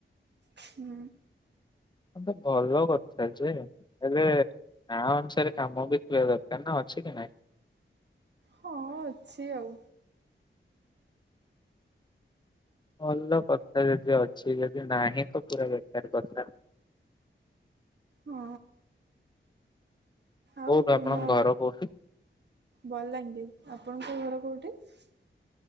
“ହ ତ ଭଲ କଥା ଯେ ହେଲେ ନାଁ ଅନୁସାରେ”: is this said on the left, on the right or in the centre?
Left